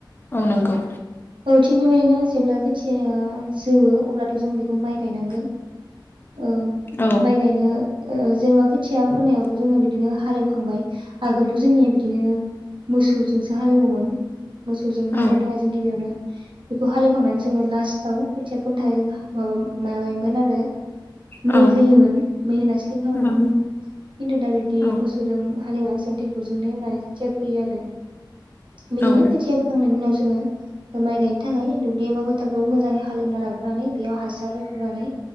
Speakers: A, on the left; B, on the right.
A: औ नंगौ।
B: औ थिग बेबायदिनो जेब्ला खोथियाया जौवो अब्लाथ' जों बे खौ माइ गायनांगोन। ओम
A: औ
B: माइ गायनो ओ जेनेबा खोथिया फोनायावथ' जोङो बिदिनो हालेवखांबाय आगोलथ' जोंनिया बिदिनो मोसौजोंसो हालेवोमोन। मोसौजों हालेवनो
A: औ
B: थाखाय जों गिबियावनो बेखौ हालिवखांनानै जोङो लास्टाव खोथिया फोनो थाखाय जों माबा माबायोमोन आरो
A: औ
B: मै होयोमोन मै होना स्लिम खामोमोन।
A: नंगौ
B: खिन्थु दा बिब्दि
A: औ
B: मोसौजों हालेवा जों ट्रेक्टरजोंनो एवनानै खोथिया फोयो आरो बिदिनो
A: औ
B: खोथिया फोखांनायनि उनाव जोङो माइ गायनो थाखाय दुब्लि एबा फोथारखौ मोजाङै हालेवना लाग्रोनानै बेयाव हासार होग्रोनानै